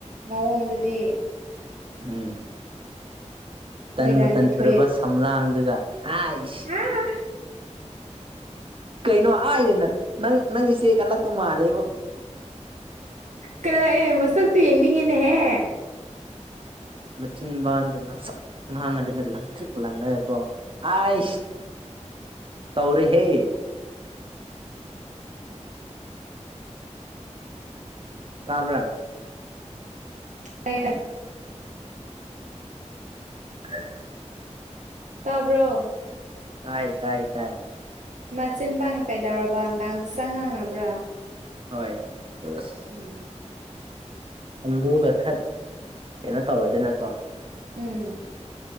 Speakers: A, on the right (about 80°); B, on the right (about 45°).
A: ꯃꯑꯣꯡꯗꯨꯗꯤ
B: ꯎꯝ ꯇꯅꯨ
A: ꯃꯣꯏꯔꯥꯡꯒꯤ
B: ꯇꯟꯅꯨꯔꯕ
A: ꯊꯣꯏ
B: ꯁꯝꯂꯥꯡꯗꯨꯒ ꯍꯥꯏꯁ
A: ꯑꯥ <unintelligible>
B: ꯀꯩꯅꯣ ꯑꯥꯏ ꯑꯅ ꯅꯪ ꯅꯪꯒꯤꯁ‌ꯦ ꯀꯜꯂꯛꯄ ꯃꯥꯜꯂꯦꯕꯨ
A: ꯀꯜꯂꯑꯦ ꯃꯁꯛꯇꯣ ꯌꯦꯡꯅꯤꯡꯉꯤꯅꯦꯍꯦ
B: ꯎ ꯃꯆꯤꯟꯕꯥꯟꯒ ꯉꯥꯡꯁꯛ ꯉꯥꯡꯉꯗꯅ ꯂꯪꯇ꯭ꯔꯤꯛ ꯂꯪꯉꯀꯣ ꯍꯥꯢꯁ ꯇꯧꯔ‌ꯦ ꯍꯦ꯫ ꯇꯥꯕ꯭ꯔꯥ
A: ꯇꯥꯌꯦ ꯇꯥꯌꯦ
B: ꯎ <inaudible>
A: ꯇꯥꯕ꯭ꯔꯣ?
B: ꯇꯥꯏ-ꯇꯥꯏ-ꯇꯥꯏ꯫
A: ꯃꯆꯤꯟꯕꯥꯒ ꯀꯩꯗꯧꯔꯕ ꯑꯉꯥꯡꯁꯪ ꯉꯥꯡꯉꯕ꯭ꯔꯥ?
B: ꯍꯣꯏ ꯑꯗꯣ ꯑꯁ
A: ꯎꯝ꯫
B: ꯍꯝꯕ꯭ꯔꯨꯒ ꯀꯈꯠ ꯀꯩꯅꯣ ꯇꯧꯔꯗꯅꯀꯣ
A: ꯎꯝ꯫